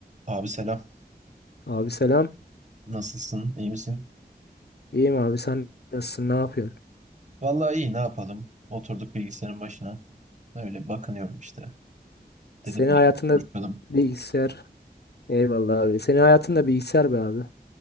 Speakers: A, on the right; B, on the left.
A: Abi selam.
B: Abi selam.
A: Nasılsın? İyi misin?
B: İyiyim abi sen nasılsın ne yapıyorsun?
A: Vallahi iyi ne yapalım? Oturduk bilgisayarın başına. Öyle bakınıyorum işte.
B: Senin
A: Dedim bir
B: hayatında
A: konuşalım.
B: bilgisayar. Eyvallah abi. Senin hayatında bilgisayar be abi.